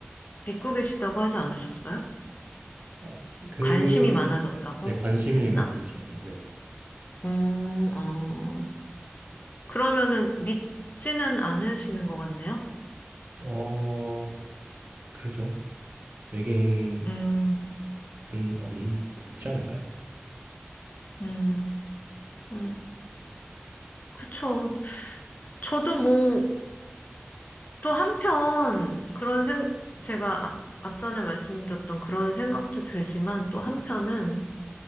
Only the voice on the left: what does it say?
믿고 계시다고 하지 않으셨어요?
관심이 많아졌다고
했나?
음, 어. 그러면은 믿지는 않으시는 것 같네요?
음,
음, 음, 그쵸. 저도 뭐, 또 한편, 그런 생, 제가 앞, 앞전에 말씀드렸던 그런 생각도 들지만, 또 한편은,